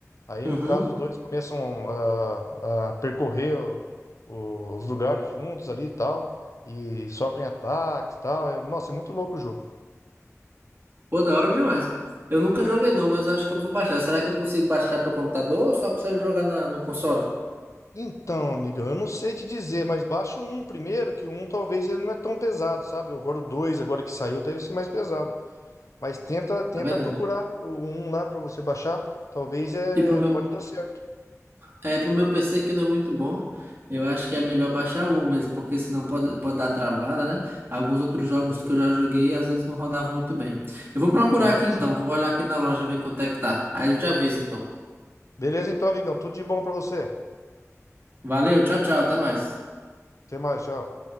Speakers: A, on the left; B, on the right.
A: Aí
B: Uhum.
A: no caso os dois começam a, a percorrer o- o- os lugares juntos ali e tal. E sofrem ataques e tal. É- nossa, é muito louco o jogo.
B: Pô, da hora demais. Eu nunca joguei não, mas eu acho que eu vou baixar. Será que eu consigo baixar pro computador ou só consigo jogar na- no console?
A: Então, amiga, eu não sei te dizer, mas baixa o um primeiro, que o um talvez ele não é tão pesado, sabe? Agora o dois agora que saiu, deve ser mais pesado. Mas tenta, tenta
B: É verdade.
A: procurar um lá para você baixar. Talvez é,
B: E pro meu.
A: pode dar certo.
B: É, pro meu PC que não é muito bom, eu acho que é melhor baixar o um mesmo, porque senão pode, pode dar travada, né? Alguns outros
A: Sim.
B: jogos que eu já joguei, às vezes não rodavam muito bem. Eu vou procurar
A: Ah,
B: aqui então,
A: sim.
B: vou olhar aqui na loja ver quanto é que tá. Aí eu te aviso então.
A: Beleza então, amigão. Tudo de bom para você.
B: Valeu, tchau, tchau, até mais.
A: Até mais, tchau.